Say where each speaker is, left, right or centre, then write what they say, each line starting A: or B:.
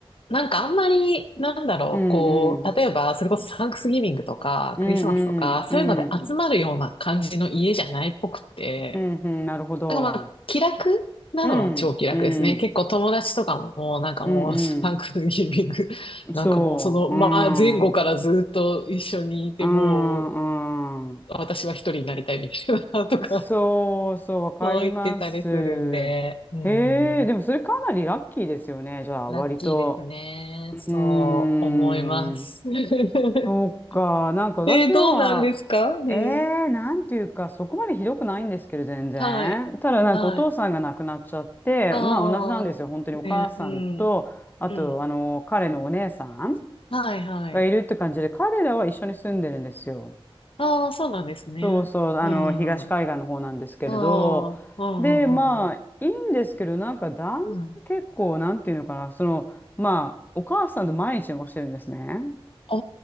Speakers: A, on the left; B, on the left.
A: なんかあんまり、なんだろう、
B: うん、
A: こう、
B: うん。
A: 例えば、それこそサンクスギビングとか、
B: うん、
A: クリスマスとか、
B: うん、
A: そういうのでうん集まるような感じの家じゃないっぽくて、
B: うん。うん、うん、なるほど。
A: なんかまあ、気楽なのは超気楽ですね。
B: うん、うん、
A: 結構友達とかも、なんかもう、
B: うん、
A: サンクスギビング、<laughs>
B: うん。
A: なんかもう、
B: そう、
A: その、
B: う
A: まあ、前後からずっと一緒にいて、
B: ん。うん、
A: もう、
B: うん。
A: 私は一人になりたいみたいな、とか、
B: そうそう、
A: <laughs>
B: わかります。
A: そう言ってたりするんで、
B: へ
A: うん。
B: え、でもそれかなりラッキーですよね、じゃあ、
A: ラッキーですね。
B: 割と。うーん。
A: そう思います。<laughs>
B: そうか、なんか私のは、
A: えーどうなんですかうん。
B: ええ、なんていうか、そこまでひどくないんですけど、全然。
A: はい。
B: ただ、なんかお父さんが亡くなっちゃって、
A: はい。ああ、
B: まあ同じなんですよ、本当にお母さんと、
A: ね、うん。
B: あと、
A: うん。
B: あの、彼のお姉さん
A: はい、はい。
B: がいるって感じで、彼らは一緒に住んでるんですよ。
A: ああー、そうなんですね。
B: そうそう、あの、
A: うん。あ
B: 東海岸の方なんですけれど、
A: あ、うん、
B: で、
A: うん、
B: まあ、
A: うん。
B: いいんですけど、なんか、だん、
A: うん。
B: 結構、なんていうのかな、その、まあ、お母さんと毎日過ごしてるんですね。
A: あ